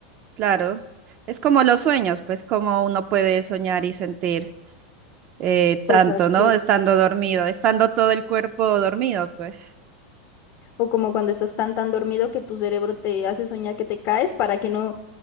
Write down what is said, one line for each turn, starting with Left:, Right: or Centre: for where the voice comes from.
Right: claro. Es como los sueños, pues como uno puede soñar y sentir eh,
Left: Cosas
Right: tanto,
Left: sí.
Right: ¿no? Estando dormido, estando todo el cuerpo dormido, pues.
Left: O como cuando estás tan tan dormido que tu cerebro te hace soñar que te caes para que no,